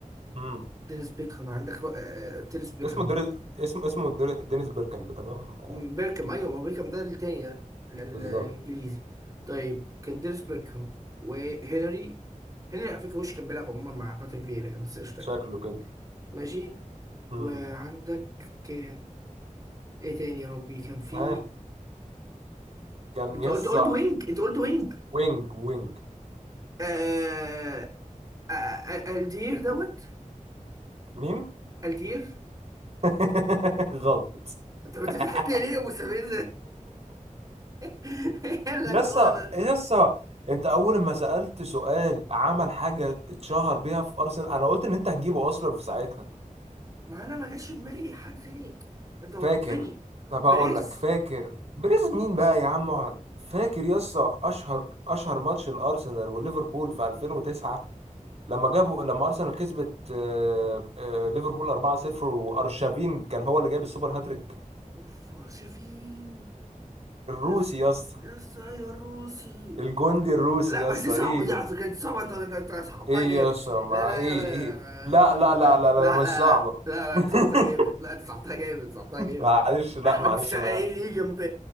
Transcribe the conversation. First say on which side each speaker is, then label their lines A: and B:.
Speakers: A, on the right; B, on the right.
A: مم.
B: دينيس بيكهام عندك و... آه، دينيس بيكهام
A: اسمه دري... اسمه اسمه دري... دينيس بيركامب تمام آه،
B: مم، بيركم ايوه ما بيركم ده التاني ده ال- ال-
A: بالظبط
B: الانجليزي طيب كان ديريس بيركم وهنري هنري على فكره وش كان بيلعب عموما مع باتريك فيرا يعني، بس قشطه
A: شكله
B: يعني
A: كده
B: ماشي
A: مم.
B: وعندك كان ايه تاني يا ربي كان في
A: ها كان
B: انت
A: يسا
B: قلت قلت وينج انت قلت وينج
A: وينج وينج
B: آه... آه... آه... الدير دوت
A: مين
B: الدير
A: <laughs> غلط
B: انت انت
A: <laughs>
B: بتضحك <laughs> ليه يا ابو سمير <laughs> لا
A: يسا
B: خالص
A: يسا انت اول ما سألت سؤال عمل حاجة اتشهر بيها في ارسنال انا قلت ان انت هتجيبه اصلا في ساعتها
B: ما انا ما جاش في دماغي حد تاني انت وترتني
A: فاكر طب
B: بليز
A: هقول لك فاكر بريز مين بقى يا عم اقعد فاكر يسا اشهر اشهر ماتش الارسنال وليفربول في 2009 لما جابوا لما ارسنال كسبت آه، آه، ليفربول 4-0 وارشافين كان هو اللي جاب السوبر هاتريك
B: اوف أرجفين
A: الروسي
B: يس
A: يسا
B: يس ايوه الروسي
A: الجندي الروسي
B: لا
A: يسا
B: بس دي صعبة
A: ايه
B: دي على فكرة دي صعبة انت انت انت صعبتها
A: ايه
B: جامد
A: يسا ما
B: لا لا
A: ايه
B: لا
A: ايه لا
B: لا
A: لا
B: لا
A: لا
B: لا
A: لا لا,
B: لا
A: لا مش صعبة
B: لا لا لا
A: <laughs>
B: انت صعبتها جامد لا انت صعبتها جامد صعبتها جامد
A: معلش لا
B: احمد
A: معلش
B: السقا
A: انا
B: ايه اللي يجي جنب